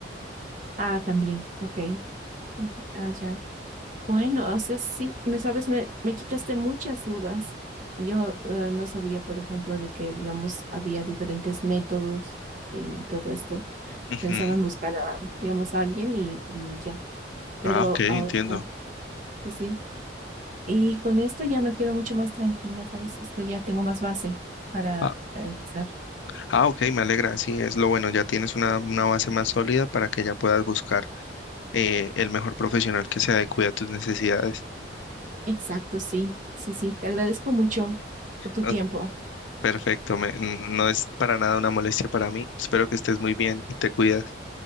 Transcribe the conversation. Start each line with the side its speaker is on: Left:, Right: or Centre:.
Right: ah, también, ok. Ujú. Ah, ya. Bueno, o sea, sí, me sabes, me, me quitaste muchas dudas. Yo eh, no sabía, por ejemplo, de que, digamos, había diferentes métodos y todo esto.
Left: Ujú.
Right: Pensaba en buscar a, digamos, a alguien y, y ya. Pero
Left: Ah, ok,
Right: ahora,
Left: entiendo.
Right: sí, sí. Y con esto ya me quedo mucho más tranquila, ¿sabes? Esto ya tengo más base para
Left: Ah,
Right: eh, empezar.
Left: ah, ok, me alegra, sí, es lo bueno, ya tienes una, una base más sólida para que ya puedas buscar eh, el mejor profesional que se adecue a tus necesidades.
Right: Exacto, sí, sí, sí. Te agradezco mucho por tu
Left: Ah,
Right: tiempo.
Left: perfecto, me- no es para nada una molestia para mí. Espero que estés muy bien y te cuidas.